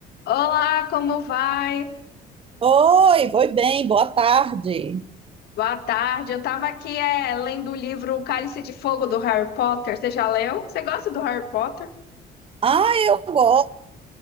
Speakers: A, on the left (about 70°); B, on the right (about 35°).
A: Olá, como vai?
B: Oi, foi bem, boa tarde.
A: Boa tarde. Eu tava aqui é, lendo o livro O Cálice de Fogo do Harry Potter. Você já leu? Você gosta do Harry Potter?
B: Ah, eu gosto